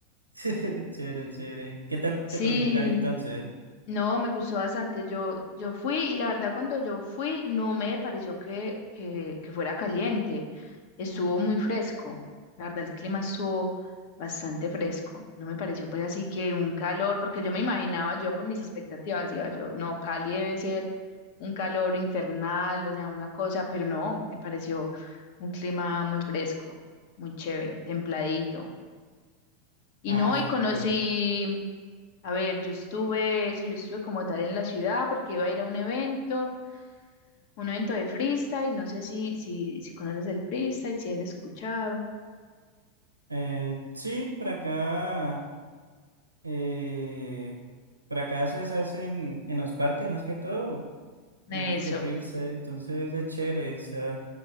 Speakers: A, on the right (about 85°); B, on the left (about 50°).
A: <laughs> chévere, chévere. ¿Y ¿Qué tal
B: Sí.
A: te pareció Cali entonces?
B: No, me gustó bastante. Yo, yo fui y la verdad cuando yo fui no me pareció que, que, que fuera caliente. Estuvo muy fresco. La verdad el clima estuvo bastante fresco. No me pareció pues así que un calor, porque yo me imaginaba yo con mis expectativas, iba yo, no, Cali debe ser un calor infernal, o sea, una cosa, pero no, me pareció un clima muy fresco, muy chévere, templadito. Y
A: Ah,
B: no,
A: súper.
B: y conocí, a ver, yo estuve, sí, yo estuve como tal en la ciudad porque iba a ir a un evento, un evento de freestyle, no sé si, si, si conoces el freestyle, si has escuchado.
A: Eh, sí, por acá. Eh, por acá se se hacen en los parques más que todo,
B: Eso,
A: eventos de freestyle, entonces es chévere. está-